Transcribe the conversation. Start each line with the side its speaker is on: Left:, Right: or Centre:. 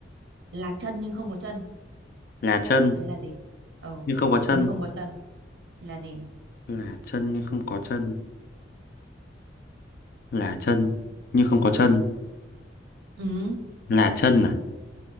Right: là chân nhưng không có chân
Left: là chân
Right: đấy là gì ờ
Left: nhưng không có chân,
Right: nhưng không có chân thì là gì
Left: là chân nhưng không có chân, là chân nhưng không có chân,
Right: ừ
Left: là chân à?